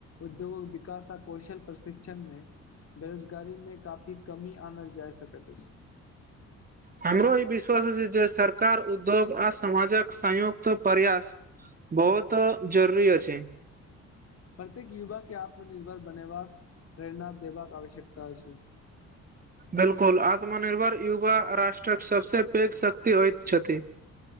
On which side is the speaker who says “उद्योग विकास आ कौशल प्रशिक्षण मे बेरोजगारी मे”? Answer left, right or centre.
Left